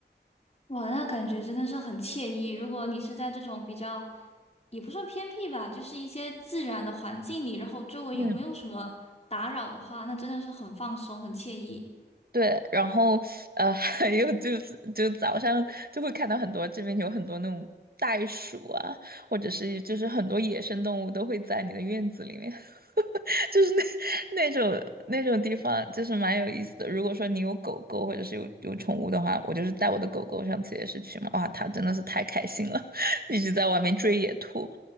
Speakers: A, on the left; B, on the right.
A: 哇，那感觉真的是很惬意。如果你是在这种比较，也不算偏僻吧，就是一些自然的环境里，然后周围又没有什么打扰的话，
B: 嗯。
A: 那真的是很放松，很惬意。
B: 对，然后呃，<laughs> 还有就是就早上就会看到很多这边有很多那种袋鼠啊，或者是就是很多野生动物都会在你的院子里面。就是那那种那种地方，就是蛮有意思的。如果说你有狗狗或者是有有宠物的话，我就是带我的狗狗，上次也是去嘛，哇，它真的是太开心了，<laughs> 一直在外面追野兔，